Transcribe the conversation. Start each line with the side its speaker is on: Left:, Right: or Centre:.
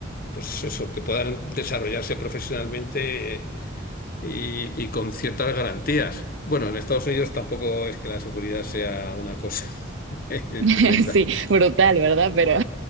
Left: pues eso, que puedan desarrollarse profesionalmente y, y con ciertas garantías. Bueno, en Estados Unidos tampoco es que la seguridad sea una cosa <laughs>
Right: <laughs>
Left: tremenda.
Right: sí, brutal, ¿verdad? Pero